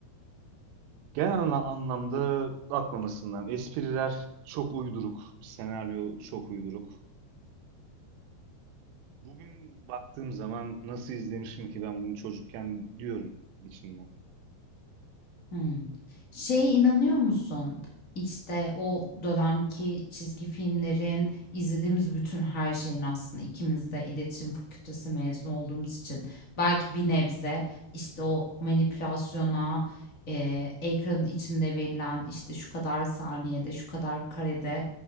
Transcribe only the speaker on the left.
Hımm. Şeye inanıyor musun? İşte, o dönemki çizgi filmlerin, izlediğimiz bütün her şeyin aslında ikimiz de iletişim fakültesi mezunu olduğumuz için belki bir nebze, işte, o manipülasyona, eee, ekranın içinde verilen, işte, şu kadar saniyede, şu kadar karede,